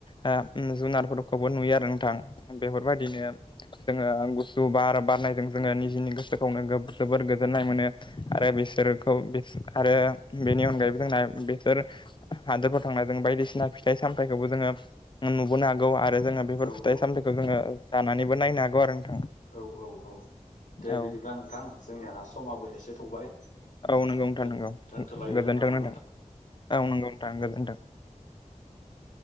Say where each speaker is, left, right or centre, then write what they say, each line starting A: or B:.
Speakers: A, on the left; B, on the left.
A: ना जुनारफोरखौबो नुयो आरो नोंथां बेफोरबायदिनो जोङो गुसु बार बारनायजों जोङो निजिनि गोसोखौनो जोबोर गोजोननाय मोनो आरो बिसोरखौ आरो बेनि अनगायैबो जोंना बेसोर हादोरफोराव थांना जों बायदिसिना फिथाइ सामथाइ फिथाइखौबो जोङो नुबोनो हागौ आरो जोङो बेफोर फिथाइ
B: औ
A: सामथायाइखौ जोङो जानानैबो नायनो हागौ आरो नोंथां
B: औ औ औ दे
A: औ
B: बिदिब्ला नोंथां जोंनिया समाबो एसे थौबाय
A: औ
B: ओ
A: नंगौ नोंथां
B: दोन
A: नंगौ
B: दोनथ'लायदो
A: गोजोनथों
B: होनबा न'
A: नोंथां औ नंगौ नोंथां गोजोनथों
B: <unintelligible>